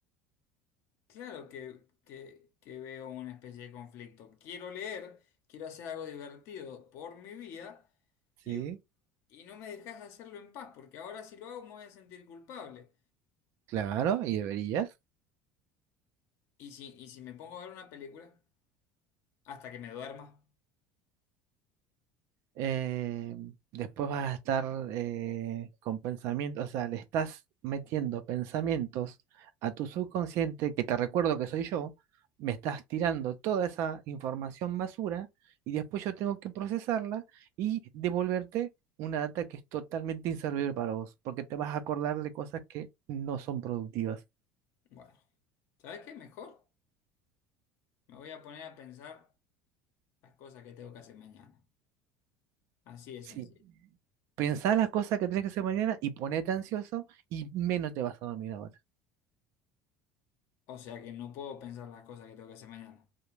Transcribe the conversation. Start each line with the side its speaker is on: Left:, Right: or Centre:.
Left: claro que, que, que veo una especie de conflicto. Quiero leer, quiero hacer algo divertido por mi vida
Right: sí,
Left: y, y no me dejas hacerlo en paz, porque ahora si lo hago me voy a sentir culpable.
Right: claro, y deberías.
Left: Y si, y si me pongo a ver una película hasta que me duerma,
Right: eh, después vas a estar eh, con pensamientos, o sea, le estás metiendo pensamientos a tu subconsciente, que te recuerdo que soy yo, me estás tirando toda esa información basura y después yo tengo que procesarla y devolverte una data que es totalmente inservible para vos, porque te vas a acordar de cosas que no son productivas.
Left: bueno, ¿sabes qué? Mejor me voy a poner a pensar las cosas que tengo que hacer mañana. Así de
Right: Sí.
Left: sencillo.
Right: Pensá las cosas que tenés que hacer mañana y ponete ansioso y menos te vas a dormir ahora.
Left: O sea que no puedo pensar las cosas que tengo que hacer mañana.